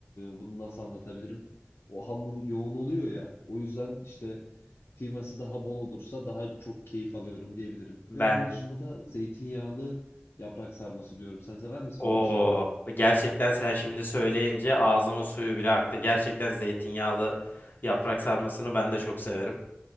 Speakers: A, on the left; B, on the left.
A: bunu nasıl anlatabilirim? O hamur yoğun oluyor ya. O yüzden işte kıyması daha bol olursa daha çok keyif alıyorum diyebilirim.
B: Ben
A: Ve onun dışında da zeytinyağlı yaprak sarması diyorum. Sen sever misin
B: o
A: böyle şeyler?
B: gerçekten sen şimdi söyleyince ağzımın suyu bile aktı. Gerçekten zeytinyağlı yaprak sarmasını ben de çok severim.